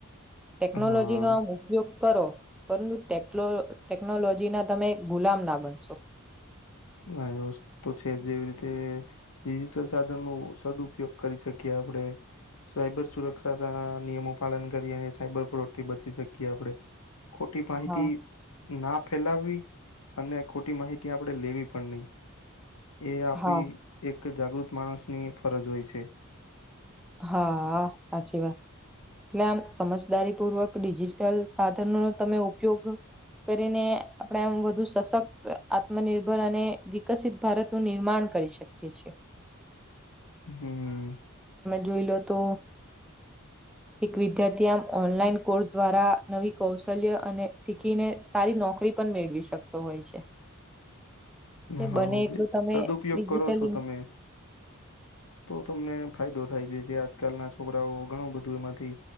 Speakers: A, in the centre; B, on the left.
A: ટેકનોલોજી
B: હા
A: નો આમ ઉપયોગ કરો પરંતુ ટેકલો ટેકનોલોજી ના તમે ગુલામ ના બનશો.
B: હા એ વસ્તુ તો છે જેમ કે ડિજિટલ સાધન નો સદઉપયોગ કરી શક્યા. આપડે સાયબર સુરક્ષા ના નિયમો પાલન કરયે અને સાયબર પ્રોથી બચી શકીએ આપડે. ખોટી માહિતી
A: હા
B: ના ફેલાવવી અને ખોટી માહિતી આપડે લેવી પણ નય એ આપડી
A: હા
B: એક કે જાગૃત માણસની એ ફરજ હોય છે.
A: હા સાચી વાત. એટલે આમ સમજદારી પૂર્વક ડિજિટલ સાધનનો તમે ઉપયોગ કરીને આપણે આમ વધુ સશક્ત આત્મનિર્ભર અને વિકસિત ભારતનું નિર્માણ કરી શકીએ છે.
B: હમમ
A: જોઈ લો તો એક વિદ્યાર્થી આમ ઓનલાઈન કોર્સ દ્વારા નવી કૌશલ્ય અને શીખીને સારી નોકરી પણ મેળવી શકતો હોય છે. એટલે
B: હા,
A: બને એટલું
B: જે
A: તમે
B: સદઉપયોગ
A: ડિજિટલી
B: કરો છો તમે. તો તમને ફાયદો. થાય છે, જે આજકાલના છોકરાઓ ઘણું બધું એમાંથી